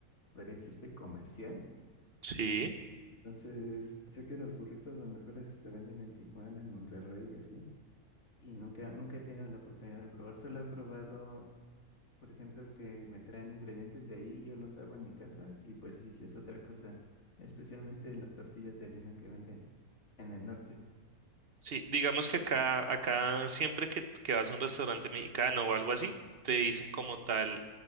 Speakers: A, on the left; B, on the right.
A: podría decirse comercial.
B: Sí.
A: Entonces, sé que los burritos los mejores se venden en Tijuana, en Monterrey y así. Y nunca, nunca he tenido la oportunidad de probar. Solo he probado, por ejemplo, que me traen ingredientes de ahí y yo los hago en mi casa. Y pues sí, sí es otra cosa. Especialmente las tortillas de harina que venden en el norte.
B: Sí, digamos que acá, acá siempre que, que vas a un restaurante mexicano o algo así, te dicen como tal